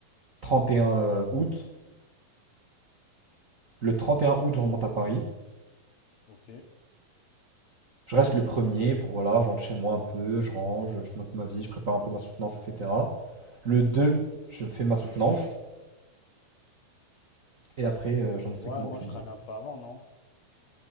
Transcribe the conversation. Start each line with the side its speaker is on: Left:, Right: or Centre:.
Right: 31 euh, août. Le 31 août, je remonte à Paris.
Left: Ok.
Right: Je reste le premier pour, voilà, je rentre chez moi un peu, je range, je monte ma vie, je prépare un peu ma soutenance, etc. Le 2, je fais ma soutenance, et après, euh, j'en ai strictement
Left: Ouais, moi
Right: aucune
Left: je râle
Right: idée.
Left: un peu avant, non?